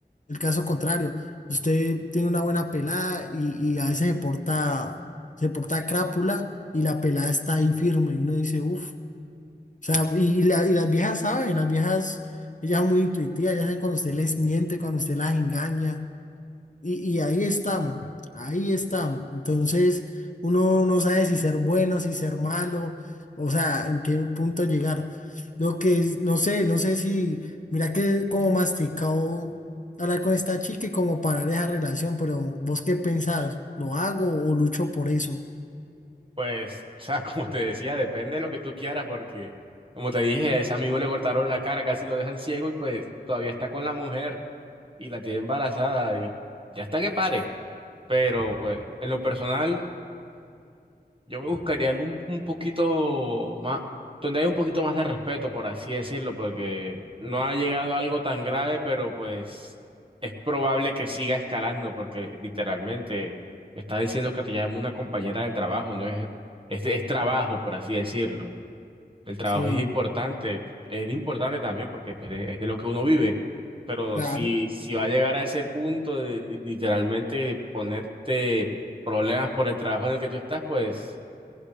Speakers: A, on the left; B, on the right.
A: El caso contrario, usted tiene una buena pelada y, y a veces se porta, se porta crápula y la pelada está ahí firme y uno dice, uff. O sea, y, la- y las viejas saben, las viejas, ellas son muy intuitivas, ellas saben cuando usted les miente, cuando usted las engaña. Y, y ahí está, ahí está. Entonces, uno no sabe si ser bueno, si ser malo, o sea, en qué punto llegar. Lo que es, no sé, no sé si, mira que como masticado hablar con esta chica y como parar esa relación, pero vos qué pensás, ¿lo hago o lucho por eso?
B: Pues, o sea, como te decía, depende de lo que tú quieras, porque, como te dije, a ese amigo le cortaron la cara, casi lo dejan ciego y pues todavía está con la mujer y la tiene embarazada y ya está que pare. Pero, pues, en lo personal. Yo me buscaría algún un poquito más, donde hay un poquito más de respeto, por así decirlo, porque no ha llegado a algo tan grave, pero pues es probable que siga escalando, porque literalmente me está diciendo que te llama una compañera del trabajo, no es, es, es trabajo, por así decirlo. El trabajo
A: Sí,
B: es importante, es importante también porque pues, es de lo que uno vive, pero
A: claro.
B: si, si va a llegar a ese punto de li- literalmente ponerte problemas por el trabajo en el que tú estás, pues...